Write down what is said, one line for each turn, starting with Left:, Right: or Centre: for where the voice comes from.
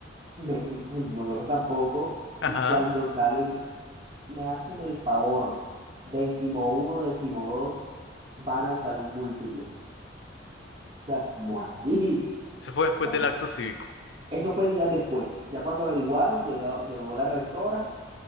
Right: me- nosotros tampoco.
Left: Ajá.
Right: Y cuando salen me hacen el favor, décimo uno, décimo dos, van al salón múltiple. Da, ¿Cómo así?
Left: Eso fue después
Right: Bueno,
Left: del acto cívico.
Right: eso fue días después. Ya cuando averiguaron, llegado llegó la rectora,